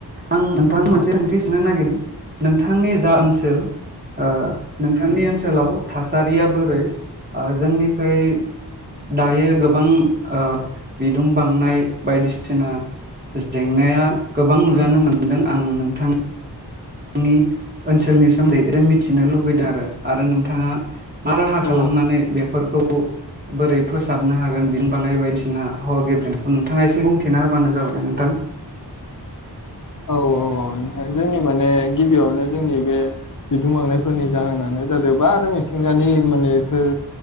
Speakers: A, on the right; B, on the left.
A: आं नोंथां
B: औ
A: मोनसे ओंथि सोंनो नागिरदों नोंथांनि जा ओनसोल ओ नोंथांनि ओनसोल लाव थासारिया बोरै जोंनिख्रुइ दायो गोबां ओ बिदुं बांनाय बायदिसिना जेंनाया गोबां नुजानो मोनदों आं नोंथां थांनि ओनसोलनि सोमोन्दै मिथिनो लुबैदों आरो आरो नोंथाङा मा राहा खालामनानै
B: औ
A: बेफोरखौ बोरै फोसाबनो हागोन बिनि बाङाय बायदिसिना आबहावा गेब्रेंनायखौ नोंथाङा एसे बुंथिना होबानो जाबायना नोंथां। <inaudible>
B: औ औ औ नोंथां जोंनि माने गिबियावनो जोंनि बे बिदुं बांनायफोरनि जाहोनानो जादोबा आरो मिथिंगानि माने बेफोर